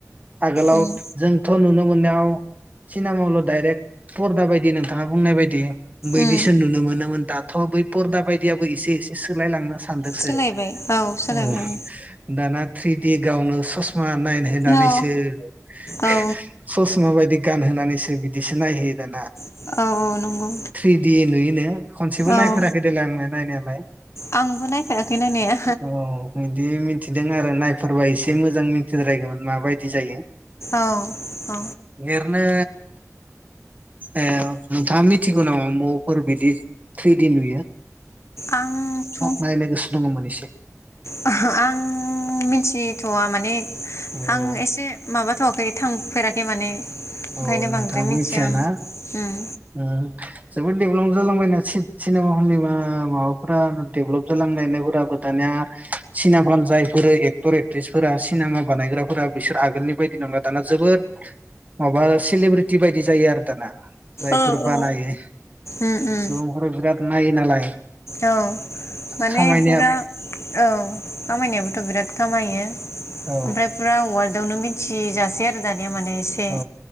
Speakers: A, on the right; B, on the left.
A: आगोलाव
B: उम
A: जों थ' नुनो मोननायाव सिनेमा हलाव डाइरेक्ट परदा बायदि नोंथाङा बुंनाय बायदि बैदिसो
B: उम
A: नुनो मोनो मोन। दाथ' बै परदा बायदियाबो एसे एसे सोलायलांनो सानदोंसो।
B: सोलायबाय औ सोलायबाय
A: उम दाना थ्रिदि गावनो सस मा नायनो होना बेसो।
B: औ
A: होओ
B: औ
A: ससमा बायदि गानहोनानैसो बिदिसो नायहोयो दाना।
B: औ औ नंगौ
A: थ्रिडि नुयोनो खनसेबो
B: औ
A: नायफेराखै देलाय आंनो नायनो <unintelligible>
B: आंबो नायफेराखै नायनाया
A: औ बिदि मिथिदों आरो नाय फोरबा एसे मोजां मिथिद्रायगौमोन माबायदि जायो।
B: औ औ
A: लिरनो। ए नोंथाङा मिथिगौ नामा मफोर बिदि थैदिन नुयो।
B: आंथ
A: नायनो गोसो दङमोन एसे
B: आं मिथिथवा माने।
A: औ
B: आं एसे माबाथवाखै। थांफेराखै माने। ओंखायनो
A: औ नोंथाङाबो
B: बांद्राय मिथिया
A: मिथियाना
B: आं उम
A: उम जोबोद। डेभेलप जालांबायनो सि सिनेमा हलनि माबाफोरा डेभेलप जालांनाय नायफोरा <inaudible> सिनेमा हल जायफोर एक्टर एक्ट्रिसफोरा सिनेमा बानायग्राफोरा बिसोर आगोलनि बायदि नङला दाना जोबोद। माबा सिलिब्रिटि बायदि जायो आरो दाना। जायफोर
B: औ औ
A: बानायो।
B: उम उम
A: सुबुंफोरा बिराद नायो नालाय।
B: औ माने
A: खामायनाया
B: फुरा औ। खामायनायाबोथ बिराद खामायो।
A: औ
B: ओमफ्राय फुरा औवा <unintelligible> मिथिजासे आरो <inaudible> दानिया माने एसे
A: औ